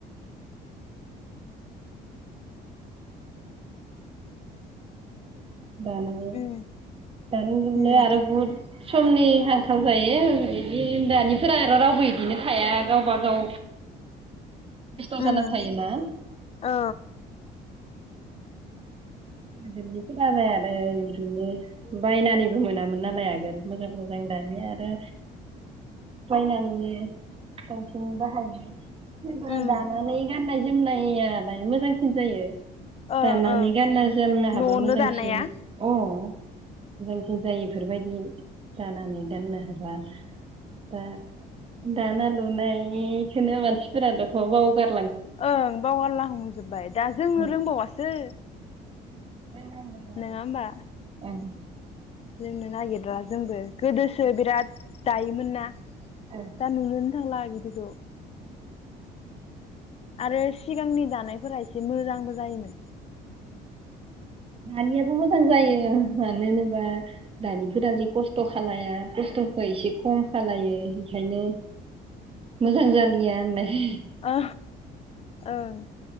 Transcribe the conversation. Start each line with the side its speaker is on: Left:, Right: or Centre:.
Right: <inaudible> दानाय
Left: उम
Right: दानो लुनाय
Left: उम
Right: आरो बहुद समनि आंखाल जायो इदि दानिफोरा आरो रावबो इदिनो थाया गावबा गाव <inaudible> जाना
Left: उम
Right: थायोना
Left: औ
Right: आगोलनिफोरालाय आरो इदिनो बायनानैबो मोनामोन नालाय आगोल मोजां मोजां दानि आरो बायनानैनो बांसिन बाहायो। <inaudible>
Left: उम
Right: दानानैै गाननाय जोमनायालाय मोजांसिन जायो।
Left: ओं
Right: दानानै
Left: ओं
Right: गानना <unintelligible> हाबा
Left: न'आवनो
Right: मोजांसिन
Left: दानाया
Right: अ मोजांसिन जायो बेफोरबायदि दानानै दोननो हाबा दा दाना लुनायनिखौनो मानसिफोरा <unintelligible> बावगार
Left: ओं बावगारला हांजोबबाय दा जोंनो
Right: औ
Left: रोंबावासो
Right: रोंनांगौ आरो
Left: नङा होमबा?
Right: ओं
Left: रोंनो नागिरला जोंबो गोदोसो बिराद दायोमोन ना
Right: ओं
Left: दा नुनो थांला बिदिखौ आरो सिगांनि दानायफोरा एसे मोजांबो जायोमोन
Right: दानियाबो मोजां जायो मानो होनोबा दानिफोरा जि खस्थ' खालाया खस्थ'खौ एसे खम खालायो बेखायनो मोजां जालिया होनलाय
Left: अ ओं